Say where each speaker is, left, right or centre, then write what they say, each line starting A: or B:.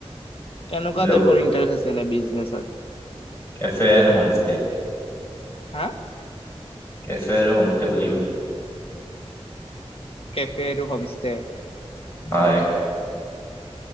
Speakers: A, on the left; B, on the left.
A: কেনেকুৱা
B: হেল্ল'
A: টাইপৰ ইণ্টাৰেষ্ট আছে এনে বিজনেছত?
B: কেফে এণ্ড হমষ্টষ্টে
A: হা
B: কেফে আৰু হোমষ্টে খোলিম।
A: কেফে আৰু হোমষ্টে।
B: হয়।